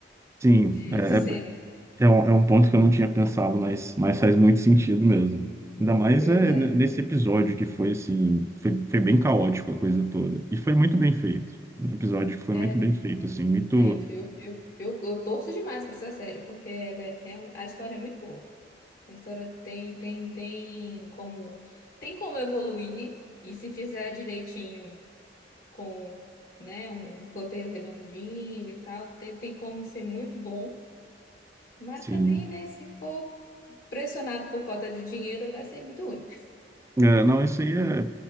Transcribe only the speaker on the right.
Sim,
é,
é É um, é um ponto que eu não tinha pensado, mas, mas faz muito sentido mesmo. Ainda mais
é,
ne- nesse episódio que foi assim, foi, foi bem caótico a coisa toda. E foi muito bem feito. Um episódio que foi
muito bem feito, assim, muito,
sim.
É, não, isso aí é,